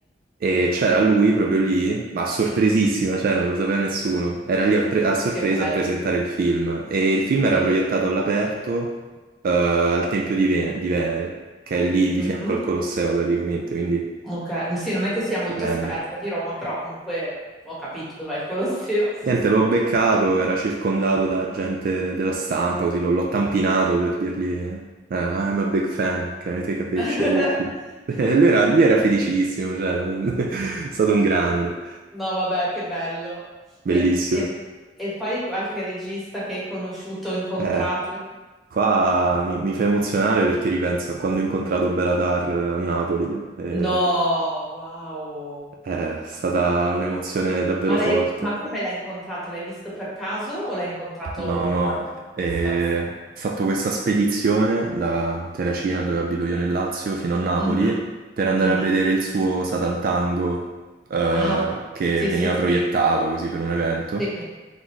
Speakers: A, on the right (about 55°); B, in the centre.
A: e c'era lui proprio lì, ma sorpresissima, cioè non lo sapeva nessuno. Era lì a, pre- a sorpresa
B: che bello.
A: a presentare il film e il film
B: Sì.
A: era proiettato all'aperto eh, al Tempio di, Ve- di Venere, che è lì di
B: Mhm.
A: fianco al Colosseo praticamente, quindi
B: Ok, sì, non è che sia molto
A: stupendo.
B: esperta di Roma, però comunque ho capito dov'è il Colosseo. Sì,
A: Niente,
B: sì.
A: l'ho beccato, era circondato da gente della stampa, così l'ho l'ho tampinato per dirgli eh, I'm a big fan, can I take a picture
B: <laughs>
A: with you? <laughs> E lui era, lui era felicissimo, cioè, <laughs> è stato un grande,
B: No, vabbè, che bello.
A: bellissimo.
B: E, e- e poi qualche regista che hai conosciuto, incontrato?
A: Eh, qua mi, mi fa emozionare perché ripenso a quando ho incontrato Belatar a Napoli, eh,
B: No, wow.
A: è stata un'emozione davvero
B: Ma
A: forte.
B: lei, ma come l'hai incontrato? L'hai visto per caso o l'hai incontrato
A: No, no,
B: in qualche manifestazione?
A: eh, ho fatto questa spedizione da Terracina, dove abito io nel Lazio, fino a Napoli,
B: Mhm,
A: per andare
B: mhm.
A: a vedere il suo Satantango, eh,
B: Ah,
A: che
B: sì,
A: veniva
B: sì,
A: proiettato
B: sì.
A: così per un evento.
B: Sì,